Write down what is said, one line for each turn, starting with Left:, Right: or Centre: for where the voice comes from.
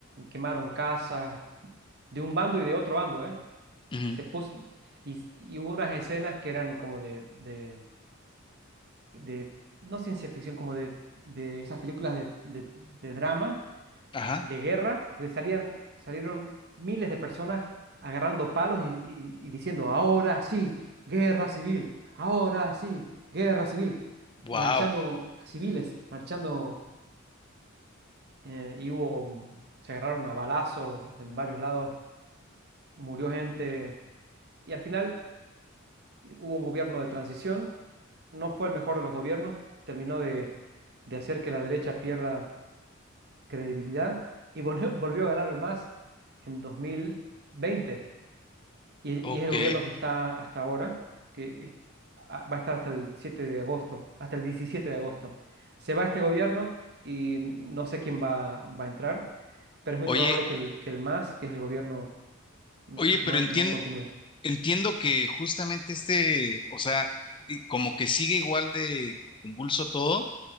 Right: quemaron casas, de un bando y de otro bando, ¿eh?
Left: ujú.
Right: Se puso, y, y hubo unas escenas que eran como de de de, no ciencia ficción, como de, de esas películas de, de- de drama,
Left: Ajá.
Right: de guerra, pues salían, salieron miles de personas agarrando palos y, y- y diciendo, ahora sí, guerra civil, ahora sí, guerra civil,
Left: Wow.
Right: marchando civiles, marchando, eh, y hubo, se agarraron a balazos en varios lados, murió gente, y al final... Hubo un gobierno de transición, no fue el mejor de los gobiernos, terminó de, de hacer que la derecha pierda credibilidad y volvió, <laughs> volvió a ganar el MAS en dos mil veinte Y, y
Left: Ok.
Right: es el gobierno que está hasta ahora, que es- a- va a estar hasta el 7 de agosto, hasta el 17 de agosto. Se va este gobierno y no sé quién va, va a entrar, pero es muy
Left: Oye,
Right: probable que el, que el MAS, que es el gobierno, no,
Left: oye, pero
Right: no
Left: entien-
Right: no continúe.
Left: entiendo que justamente este, o sea, y como que sigue igual de convulso todo.